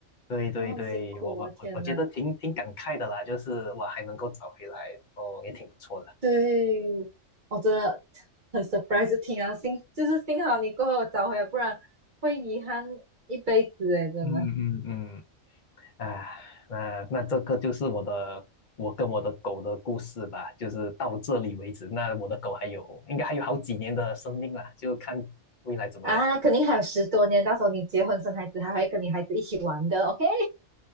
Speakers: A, on the left (about 60°); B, on the right (about 40°).
A: 对对对，
B: 哦，很辛苦啊，
A: 我我我我觉得挺挺感慨的啦，
B: 天呐，
A: 就是我还能够找回来，然后也挺不错的。
B: 对，我真的很 surprise，听啊，幸就是幸好你过后我找回来，不然会遗憾一辈子诶，真的。
A: 嗯嗯嗯。啊，那那这个就是我的，我跟我的狗的故事吧，就是到这里为止。那我的狗还有，应该还有好几年的生命了，就看未来怎么样。
B: 啊，肯定还有十多年，到时候你结婚生孩子，还会跟你孩子一起玩的，OK？